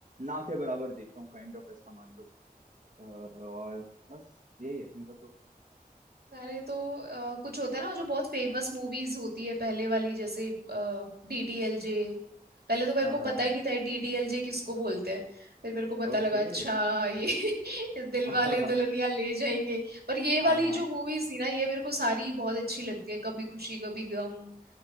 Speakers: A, on the right; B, on the right.
A: ना के बराबर देखता हूँ काइंड ऑफ ऐसा मान लो अ, और बस यही है मेरा तो
B: मैंने तो अ, कुछ होता है ना वो जो बहुत फेमस मूवीज होती है पहले वाली जैसे डीडीएलजे पहले तो मेरे
A: हाँ
B: को
A: हाँ
B: पता
A: हाँ
B: ही नहीं था डीडीएलजे किसको बोलते हैं फिर मेरे को पता
A: ओके
B: लगा अच्छा ये <laughs> दिल
A: हाँ
B: वाले
A: Okay.
B: दुल्हनिया ले जाएंगे पर ये वाली
A: <laughs> हाँ हाँ
B: जो मूवीज थी ना ये मेरे को सारी बहुत अच्छी लगती है कभी खुशी कभी गम